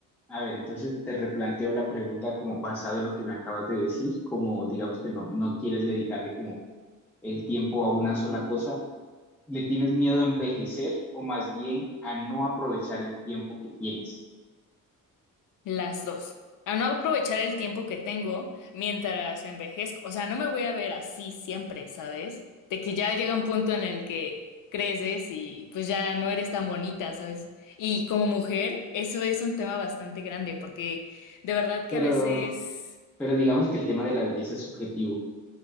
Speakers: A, in the centre; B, on the left.
A: A ver, entonces te replanteo la pregunta como basado en lo que me acabas de decir, como digamos que no, no quieres dedicarle como el tiempo a una sola cosa le tienes miedo a envejecer o más bien a no aprovechar el tiempo que tienes.
B: Las dos. A no aprovechar el tiempo que tengo mientras envejezco. O sea, no me voy a ver así siempre, ¿sabes? De que ya llega un punto en el que creces y pues ya no eres tan bonita, ¿sabes? Y como mujer, eso es un tema bastante grande porque de verdad
A: Pero,
B: que a veces
A: pero digamos que el tema de la belleza es subjetivo.